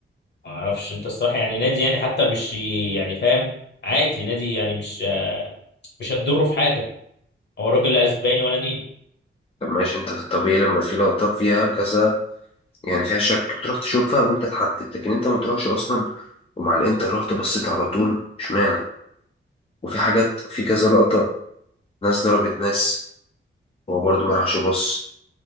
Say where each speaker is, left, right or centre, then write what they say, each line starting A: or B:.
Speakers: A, on the left; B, on the left.
A: ما اعرفش انت الصراحه يعني نادي يعني حتى مش يعني فاهم عادي نادي يعني مش مش هتضره في حاجه هو راجل لا اسباني ولا نيل
B: طب ماشي أنت في الطبيعي لما في لقطة فيها كذا يعني فيها شك بتروح تشوفها وأنت تحدد لكن أنت ما تروحش أصلا ومع الإنتر رحت بصيت على طول اشمعنى وفي حاجات في كذا لقطة ناس ضربت ناس هو برضه ما راحش يبص